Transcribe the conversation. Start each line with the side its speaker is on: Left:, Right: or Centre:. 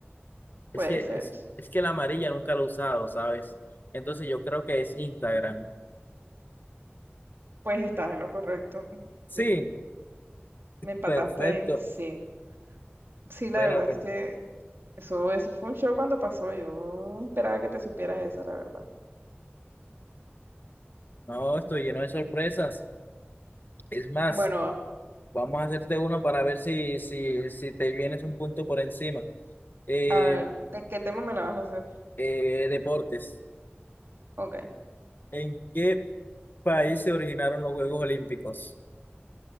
Right: Puede
Left: Es que,
Right: ser.
Left: es, es que la amarilla nunca la he usado, ¿sabes? Entonces yo creo que es Instagram.
Right: Pues estás en lo correcto.
Left: Sí,
Right: Viste, Me empataste
Left: perfecto.
Right: ahí. Sí. Sí, la
Left: Bueno,
Right: verdad
Left: pues
Right: es que eso, eso fue un show cuando pasó. Yo esperaba que te supieras eso, la verdad.
Left: no, estoy lleno de sorpresas. Es más,
Right: Bueno, va.
Left: vamos a hacerte uno para ver si, si, si te vienes un punto por encima. Eh,
Right: A ver, ¿de qué tema me la vas a hacer?
Left: eh, deportes.
Right: Ok.
Left: ¿En qué país se originaron los Juegos Olímpicos?